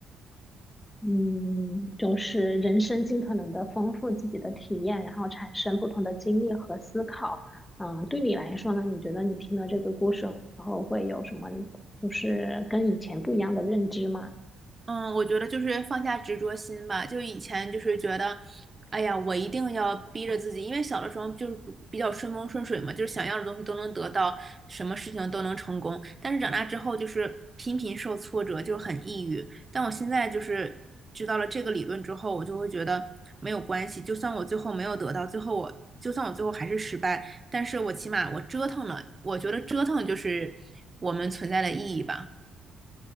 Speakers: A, on the left; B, on the right.
A: 嗯，就是人生尽可能的丰富自己的体验，然后产生不同的经历和思考。嗯，对你来说呢，你觉得你听了这个故事后会有什么，就是跟以前不一样的认知吗？
B: 嗯，我觉得就是放下执着心吧。就以前就是觉得，哎呀，我一定要逼着自己，因为小的时候就是比较顺风顺水嘛，就是想要的东西都能得到，什么事情都能成功。但是长大之后就是频频受挫折，就是很抑郁。但我现在就是知道了这个理论之后，我就会觉得没有关系，就算我最后没有得到，最后我就算我最后还是失败，但是我起码我折腾了，我觉得折腾就是我们存在的意义吧。